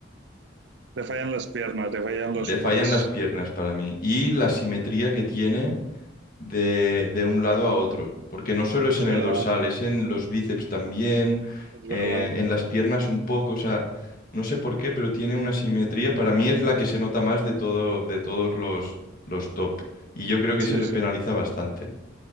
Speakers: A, on the right; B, on the left.
A: Le fallan las piernas, le fallan
B: Le
A: los
B: fallan
A: quads.
B: las piernas para mí y la simetría que tiene de, de un lado a otro, porque no solo es
A: Es
B: en
A: verdad,
B: el dorsal, es en los bíceps también,
A: es
B: eh,
A: verdad.
B: en las piernas un poco, o sea, no sé por qué, pero tiene una simetría, para mí es la que se nota más de todo, de todos los, los top y yo creo que
A: Sí,
B: se le
A: sí,
B: penaliza bastante.